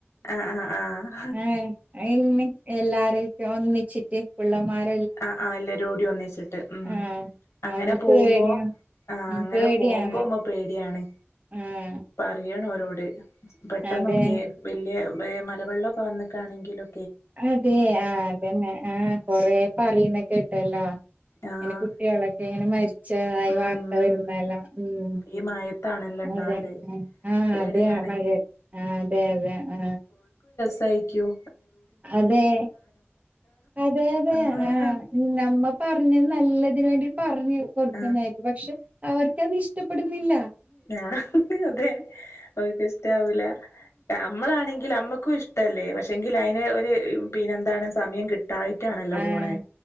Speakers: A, on the left (about 85°); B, on the right (about 30°).
A: ആഹ ആഹ ആഹ
B: ആഹ ഇങ്ങനെ എല്ലാരും ഒന്നിച്ചിട്ട് പിള്ളമാർ
A: ആ ആ ഇല്ല രോഡി ഒന്നിച്ചിട്ട് ഉം
B: ആഹ്
A: അങ്ങനെ
B: അത്
A: പോകുമ്പോ
B: പേടിയാ
A: ആഹ
B: ഉം
A: അങ്ങനെ
B: പേടിയാണ്
A: പോകുമ്പോ അമ്മ പേടിയാണ്
B: ആഹ്
A: പറയണോരോട് പെട്ടെന്നൊക്കെ
B: അതെ
A: വലിയ മലവെള്ളംൊ ഇപ്പോൾ വിട്ടാണെങ്കിലൊ
B: അതെ ആ അതന്നെ ആ കൊറെ പറയുന്നെ കേട്ടല്ലോ.
A: ആഹ്
B: എങ്ങനെ കുട്ടികളൊക്കെ ഇങ്ങനെ മരിച്ചതായി
A: ഉം
B: വാർത്ത വരുന്നല്ലോ? ഉം
A: ഈ മഴത്താണല്ലോ ഇണ്ടാവല്
B: അതെ ആ
A: പേടിയാണ്
B: അതെ മഴ ആ അതെ അതെ ആ
A: തയ്ക്കും.
B: അതെ അതെതെ
A: ആഹ്
B: ആ നമ്മ പറഞ്ഞ നല്ല അതിന വേണ്ടി പറഞ്ഞു കൊടുക്കതായിരുന്നു.
A: ആഹ്
B: പക്ഷെ അവർക്കത്ഇഷ്ടപ്പെടുന്നില്ല.
A: ആ അതെ ഓര്ക്ക് ഇഷ്ട ആവൂല. നമ്മളാണെങ്കിൽ നമ്മുക്കും ഇഷ്ടമല്ലേ പക്ഷെങ്കില് അതിന് ഒരു പിന്നെന്താണ് സമയം കിട്ട കിട്ടായിട്ടാണല്ലോ
B: ആഹ്
A: പോണത്.